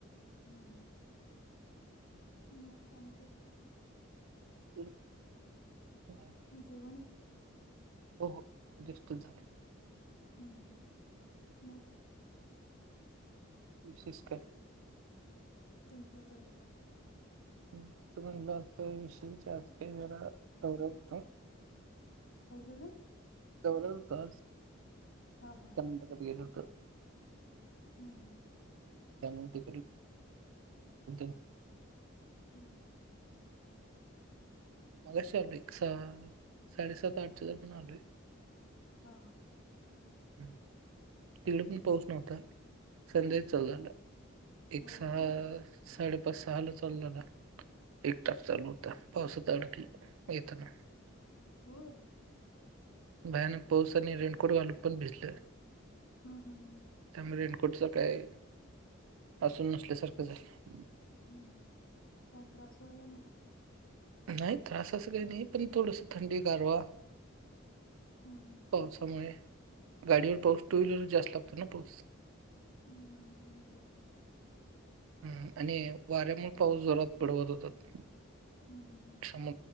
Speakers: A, on the left; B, on the right.
A: रिकामा ऑडिओ म का <unintelligible>
B: <unintelligible> हो
A: जेवण?
B: हो बेस्टच झाले.
A: ह् मग.
B: विशेष काय?
A: तुमच्याकड.
B: माझं म्हणलं विषयीज काही जरा दौरा होता.
A: काय झाल?
B: दौऱ होत आज
A: हा हा.
B: कर्नाटकात गेलं होत.
A: हम् हम्
B: त्यामुळे ते <unintelligible>
A: हम् ह
B: मगाशी आलय एक साडेसात आठच्या दरम्यान आलोय.
A: हा हा.
B: ह तिकडे बी पाऊस नव्हता. संध्या चाललेला एक
A: होय
B: सहा
A: काय?
B: साडेपाच सहाला चालू झाला. एक तास चालू होता पावसात अडकलो येताना.
A: हो.
B: भयानक पाऊस आणि रेनकोट घालून पण भिजले.
A: हा हा.
B: त्यामुळे रेनकोटच काय वासून नसल्यासारखं झालंय.
A: हम्म काय त्रास व्हाला मग?
B: नाही त्रास असं काही नाही पण थोडस थंडी गारवा.
A: हा हा.
B: पावसामुळे गाडीवर पाऊस टू व्हीलर जास्त लागतो ना पाऊस.
A: हम् बरोबर.
B: ह आणि वाऱ्यामुळे पाऊस जोरात पडवत होतात.
A: हम्म हम्म हम्म
B: सम